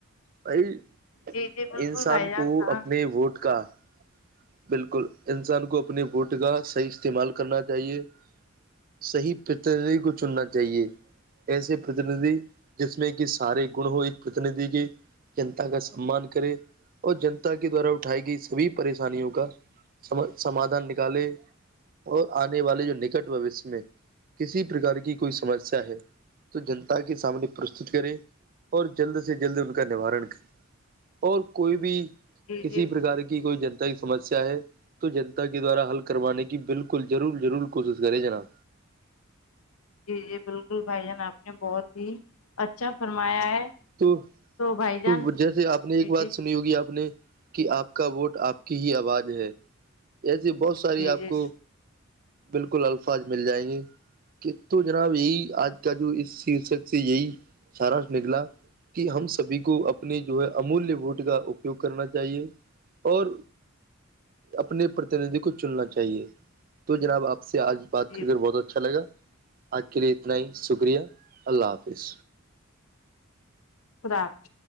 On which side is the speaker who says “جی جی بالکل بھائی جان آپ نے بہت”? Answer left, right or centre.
Left